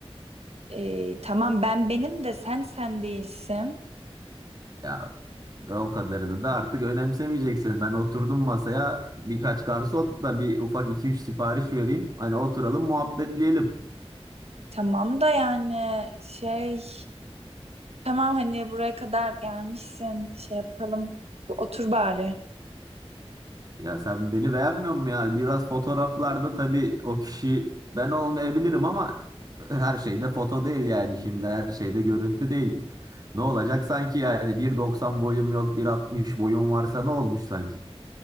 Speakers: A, on the right; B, on the right.
A: Ee, tamam ben benim de sen sen değilsin.
B: Ya o kadarını da artık önemsemeyeceksin. Ben oturdum masaya birkaç garson da bir ufak iki üç sipariş vereyim. Hani oturalım muhabbetleyelim.
A: Tamam da yani şey tamam hani buraya kadar gelmişsin şey yapalım. Bu otur bari.
B: Ya sen beni beğenmiyor musun ya? Biraz fotoğraflarda tabii o kişi ben olmayabilirim ama her şeyde foto değil yani şimdi her şeyde görüntü değil. Ne olacak sanki yani bir doksan boyum yok bir altmış boyum varsa ne olmuş sanki?